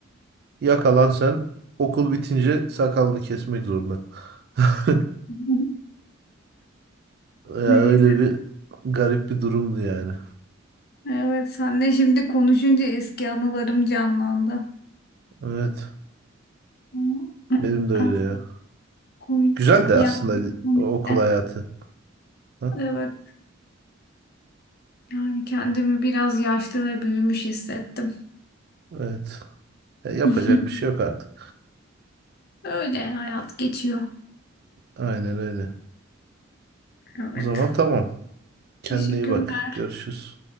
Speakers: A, on the right (about 55°); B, on the left (about 50°).
A: Yakalan sen okul bitince sakalını kesmek zorunda. <laughs>
B: Hı hı.
A: Ya
B: Neyse.
A: öyle bir garip bir durumdu yani.
B: Evet, senle şimdi konuşunca eski anılarım canlandı.
A: Evet.
B: Hı. <laughs>
A: Benim de öyle
B: Ah,
A: ya.
B: Komik
A: Güzel de aslında
B: ya komik
A: o okul
B: de.
A: hayatı. Ha?
B: Evet. Yani kendimi biraz yaşlı ve büyümüş hissettim.
A: Evet. Ya yapacak
B: <laughs>
A: bir şey yok artık.
B: Öyle hayat geçiyor.
A: Aynen öyle.
B: Evet.
A: O zaman tamam. Kendine
B: Teşekkürler.
A: iyi bak. Görüşürüz.